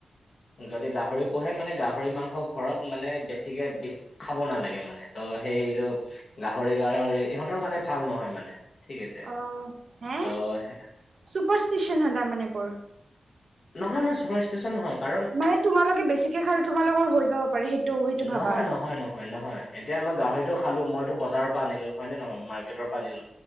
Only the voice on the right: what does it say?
অ হে
চুপাৰষ্টিচন সেটা মানে বৰ।
মানে তোমালোকে বেছিকে খালে তোমালোকৰ হৈ যাব পাৰে সেইটো সেইটো ভাবা
আৰু